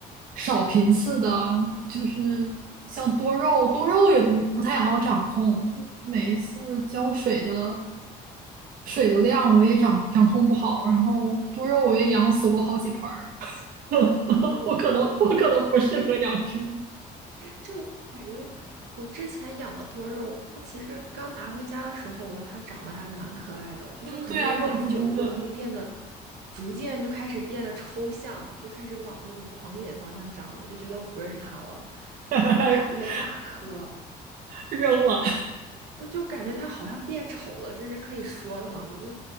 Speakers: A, on the right; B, on the right.
A: 少频次的，就是像多肉，多肉也不不太好掌控，就是每一次浇水的水的量我也掌掌控不好，然后多肉我也养死过好几盆儿，<laughs>
B: 我我我
A: 我可能我可能不适合养植物。
B: 就感觉我之前养的多肉，它其实刚拿回家的时候，我觉得它长得还蛮可爱的，就是可能我养久了之后，
A: 嗯，对啊，肉嘟嘟的，
B: 它就变得逐渐就开始变得抽象，就开始往那种狂野方向长了，就觉得我不认识它了，
A: <laughs>
B: 就越长越大颗。
A: 扔了，
B: 就感觉它好像变丑了，这是可以说的吗？我就